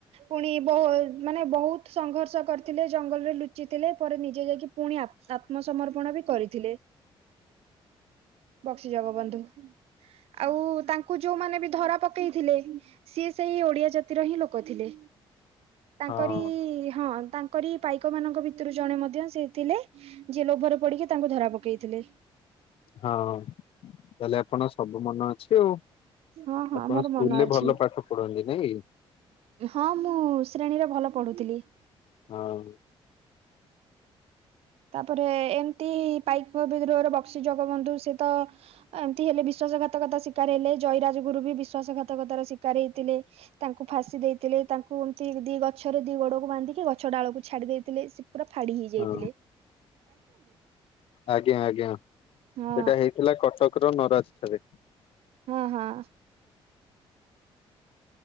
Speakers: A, on the right (about 85°); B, on the left (about 65°).
A: ପୁଣି ବହୁ ମାନେ ବହୁତ ସଂଘର୍ଷ କରିଥିଲେ ଜଙ୍ଗଲରେ ଲୁଚିଥିଲେ ପରେ ନିଜେ ଯାଇକି ପୁଣି ଆପ ଆତ୍ମସମର୍ପଣ ବି କରିଥିଲେ। ବକ୍ସି ଯଗ ବନ୍ଧୁ। ଆଉ ତାଙ୍କୁ ଯୋଉମାନେ ବି ଧରା ପକେଇଥିଲେ ସିଏ ସେଇ ଓଡିଆ ଜାତିର ହିଁ ଲୋକ ଥିଲେ ତାଙ୍କରି
B: ହଁ
A: ହଁ ତା କରି ପାଇକ ମାନଙ୍କ ଭିତରୁ ଜଣେ ମଧ୍ୟ ସେ ଥିଲେ ଯିଏ ଲୋଭରେ ପଡିକି ତାଙ୍କୁ ଧରା ପକେଇଥିଲେ।
B: ହଁ ତାହେଲେ ଆପଣ ସବୁ ମନେ ଅଛି ଆଉ
A: ହଁ ହଁ
B: ଆପଣ
A: ମୋର
B: ସ୍କୁଲ
A: ମନ
B: ରେ
A: ଅଛି
B: ଭଲ ପାଠ ପଢନ୍ତି ନାଇଁ କି।
A: ହଁ ମୁଁ ଶ୍ରେଣୀରେ ଭଲ ପଢୁଥିଲି।
B: ହଁ।
A: ତାପରେ ଏମତି ପାଇକ ବିଦ୍ରୋହର ବକ୍ସି ଜଗବନ୍ଧୁ ସେ ତ ଏମିତି ହେଲେ ବିଶ୍ଵାସ ଘାତକତା ଶିକାର ହେଲେ ଜୟରାଜ ଗୁରୁ ବିଶ୍ୱାସଘାତକତା ର ଶିକାର ହେଇଥିଲେ। ତାଙ୍କୁ ଫାଶୀ ଦେଇଥିଲେ ତାଙ୍କୁ ଏମତି ଦି ଗଛରେ ଦି ଗୋଡକୁ ବାନ୍ଧିକି ଗଛ ଡାଳକୁ ଛାଡି ଦେଇଥିଲେ। ପୁରା ଫାଡି ହେଇ ଯାଇଥିଲେ।
B: ହଁ ଆଜ୍ଞା ଆଜ୍ଞା
A: ହଁ
B: ସେଟା ହେଇଥିଲା କଟକ। କର ନରାଜ ଠାରେ।
A: ହଁ ହଁ।